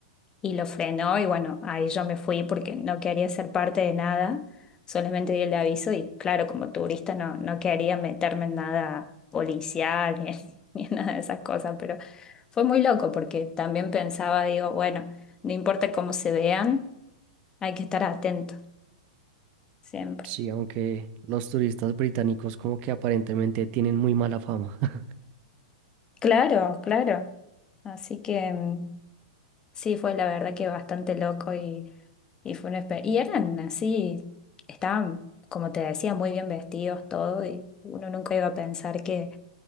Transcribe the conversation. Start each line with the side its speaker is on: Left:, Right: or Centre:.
Left: y lo frenó y bueno, ahí yo me fui porque no quería ser parte de nada, solamente di el aviso y claro, como turista no, no quería meterme en nada policial ni en, <laughs> ni en nada de esas cosas, pero fue muy loco porque también pensaba, digo, bueno, no importa cómo se vean. Hay que estar atento siempre.
Right: Sí, aunque los turistas británicos como que aparentemente tienen muy mala fama. <laughs>
Left: Claro, claro. Así que mm, sí, fue la verdad que bastante loco y, y fue una experiencia. Y eran así, estaban, como te decía, muy bien vestidos todo y uno nunca iba a pensar que,